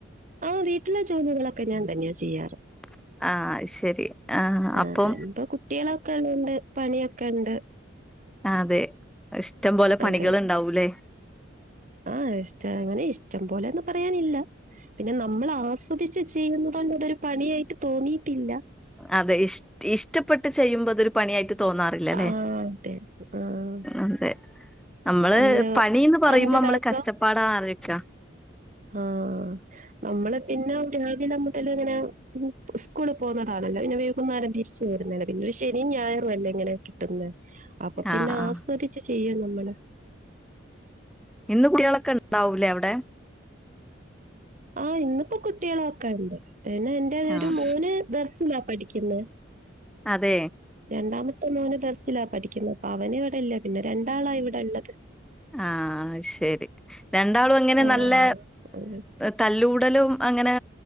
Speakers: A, on the right; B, in the centre.
A: ആഹ് വീട്ടില ജോലികളൊക്കെ ഞാൻ തന്നെയാ ചെയ്യാറ്
B: <inaudible> ആഹ് അയ്ശരി ആഹ് അപ്പോ
A: അതെ ഇപ്പൊ കുട്ടികളൊക്കെ ഉള്ളോണ്ട് പണിയൊക്കെ ഉണ്ട്
B: ആഹ് തെ ഇഷ്ടം പോലെ പണികൾ
A: അതെ
B: ണ്ടാവുല്ലേ
A: ആഹ് ഇഷ്ട അങ്ങനെ ഇഷ്ടം പോലെ ന്ന് പറയാനില്ല പിന്നെ നമ്മൾ ആസ്വദിച്ച് ചെയ്യുന്നതോണ്ട് അതൊരു പണിയായിട്ട് തോന്നിയിട്ടില്ല
B: അതെ ഇഷ ഇഷ്ടപ്പെട്ട് ചെയ്യുമ്പോ അതൊരു പണിയായിട്ട് തോന്നാറില്ല ല്ലെ
A: ആഹ് അതെ ആഹ്
B: അതെ അമ്മള്
A: നമ്മള്
B: പണീന്ന് പറയുമ്പോ
A: അഞ്ചു
B: അമ്മള്
A: ദിവസം
B: കഷ്ടപ്പാടാന്ന് ആലൊയിക്ക
A: ആഹ് നമ്മള് പിന്നെ രാവിലെ മുതൽ ഇങ്ങനെ സ്കൂള് പോകുന്നതാണല്ലോ പിന്നെ വൈകുന്നരം തിരിച്ച് ച്ച് വരുന്നാണാ പിന്നൊരു ശനും ഞായറും അല്ലേ ഇങ്ങനെ കിട്ടുന്നെ അപ്പൊ പിന്നെ
B: ആഹ് ആഹ്
A: ആസ്വദിച്ച് ചെയ്യും നമ്മള്
B: ഇന്ന് കുട്ടികളൊക്കെ ഉണ്ടാവൂലേ അവടെ
A: ആഹ് ഇന്നിപ്പോ കുട്ടിയളൊക്കെ ഉണ്ട് പിന്നെ എന്റെ
B: ആഹ്
A: ഒരു മോന് ദർസിലാ പഠിക്കുന്നെ
B: അതെ
A: രണ്ടാമത്തെ മോന് ദർസിലാ പഠിക്കുന്നെ അപ്പൊ അവന് ഇവിടെല്ല പിന്നെ രണ്ടാളാ ഇവിടെള്ളത്
B: ആഹ് ശരി രണ്ടാളും എങ്ങനെ
A: ആഹ്
B: നല്ല
A: അങ്ങനെ.
B: തല്ലൂ കൂടലും അങ്ങനെ